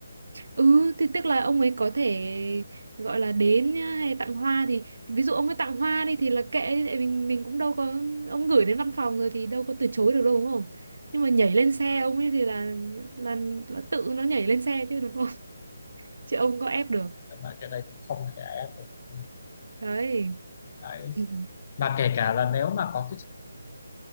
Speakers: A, on the right (about 75°); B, on the left (about 30°).
A: ừ thì tức là ông ấy có thể gọi là đến nhá, hay tặng hoa thì ví dụ ông ấy tặng hoa đi thì là kệ đi, tại mình mình cũng đâu có ông gửi đến văn phòng rồi thì đâu có từ chối được đâu đúng không nhưng mà nhảy lên xe ông ấy thì là là, là tự nó nhảy lên xe chứ đúng không <laughs> chứ ông có ép được
B: tóm lại cái đây cũng không thể ai ép được đúng không?
A: đấy
B: đấy
A: ừ.
B: mà kể cả là nếu mà có cái